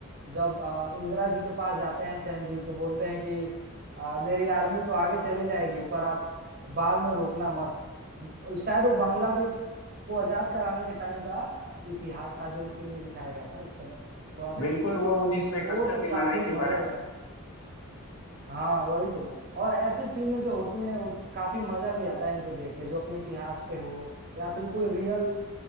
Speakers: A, on the right; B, on the left.
A: जब अ, इंदिरा जी के पास जाते हैं सैम जी तो बोलते हैं कि अ, मेरी आर्मी तो आगे चली जाएगी पर आप बाद में रोकना मत शायद वो बांग्लादेश को आजाद कराने के टाइम का अ, इतिहास था जो फिल्म में दिखाया गया था उस समय थोड़ा सा क्लिप
B: बिल्कुल
A: में
B: वो 1971
A: वो तो
B: की
A: काफी
B: लड़ाई के
A: मजेदार
B: बारे में था
A: हाँ वही तो और ऐसी फिल्में जो होती हैं वो काफी मजा भी आता है इनको देख के जो अपने इतिहास पे हो या फिर कोई रियल